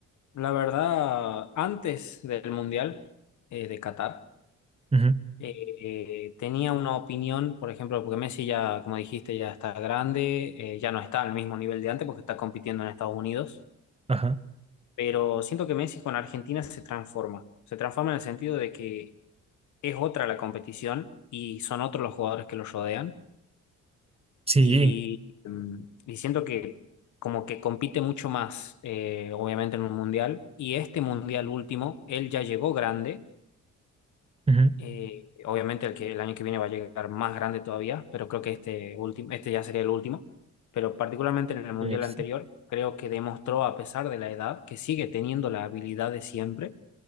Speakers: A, on the left (about 70°); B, on the right (about 20°).
A: La verdad, antes del Mundial eh, de Qatar,
B: Ujú,
A: eh, eh, tenía una opinión, por ejemplo, porque Messi ya, como dijiste, ya está grande, eh, ya no está al mismo nivel de antes porque está compitiendo en Estados Unidos,
B: Ajá.
A: pero siento que Messi con Argentina se transforma. Se transforma en el sentido de que es otra la competición y son otros los jugadores que los rodean
B: Sí.
A: y, mm, y siento que como que compite mucho más, eh, obviamente, en un mundial y este mundial último, él ya llegó grande.
B: ujú,
A: eh, obviamente el que el año que viene va a llegar más grande todavía, pero creo que este último, este ya sería el último. Pero particularmente en el mundial
B: ex-
A: anterior, creo que demostró, a pesar de la edad, que sigue teniendo la habilidad de siempre